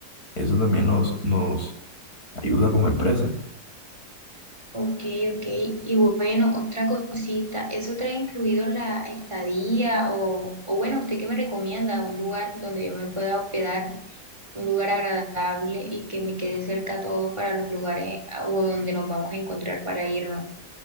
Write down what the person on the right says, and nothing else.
Ok, ok. Y bueno, otra cosita, ¿eso trae incluido la estadía o, o bueno, usted qué me recomienda? Un lugar donde yo me pueda hospedar, un lugar agradable y que me quede cerca todo para los lugares ah, o donde nos vamos a encontrar para irnos.